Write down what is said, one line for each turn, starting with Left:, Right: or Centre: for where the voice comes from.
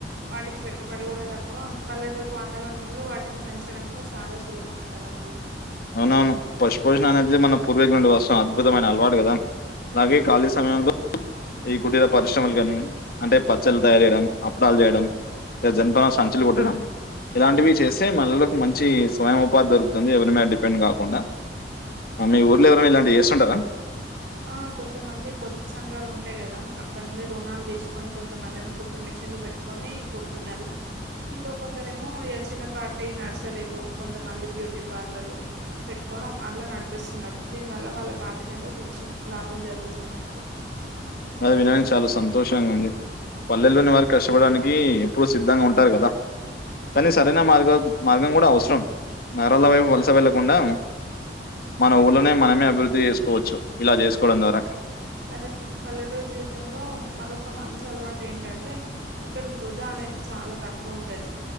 Right: వాటికి పెట్టుబడి కూడా త ఓ పల్లెటూరు వాతావరణంలో వాటిని పెంచడం కూడా చాలా సులభం కదా మళ్ళీ
Left: అవునవును పశుపోషణ అనేది మన పూర్వీకుల నుండి వస్తున్న అద్భుతమైన అలవాటు కదా అలాగే ఖాళీ సమయంలో ఈ కుటీర పరిశ్రమలు కాని అంటే పచ్చళ్లు తయారు చేయడం అప్పడాలు చేయడం ఏ జన్ప సంచులు కుట్టడం ఇలాంటివి చేస్తే మహిళలకు మంచి స్వయం ఉపాధి దొరుకుతుంది ఎవరి మీద డిపెండ్ పెండ్ కాకుండా మీ ఊర్లో ఎవరైనా ఇలాంటివి చేస్తుంటారా
Right: ఆ కొంతమంది పొదుపు సంఘాలు ఉంటాయి కదా అక్కడ నుండి రుణాలు తీసుకొని కొంతమంది ఏమో కుట్టు మిషన్ న్లు పెట్టుకొని కుడుతున్నారు ఇంకా కొందరేమో ఇగ చిన్న పాటి నర్సరీలు కొంతమంది బ్యూటీ పార్లలు పెట్టుకోవడం అట్లా నడిపిస్తున్నారు దీని వల్ల వాళ్ళకి ఆర్థికంగా కొంచెం లాభం జరుగుతుంది అనుకో
Left: అది విడానికి చాలా సంతోషంగా ఉంది పల్లెల్లోని వారు కష్టపడానికి ఎప్పుడు సిద్ధంగా ఉంటారు కదా కానీ సరైన మార్గ మార్గం కూడా అవసరం నరళ వైపు వలస వెళ్ళకుండా మన ఊళ్ళనే మనమే అభివృద్ధి చేసుకోవచ్చు ఇలా చేసుకోవడం ద్వారా
Right: కరెక్ట్ పల్లెటూరు జీవితంలో మరొక మంచి అలవాటు ఏంటంటే ఇక్కడ వృధా అని అనేది చాలా తక్కువ ఉంటది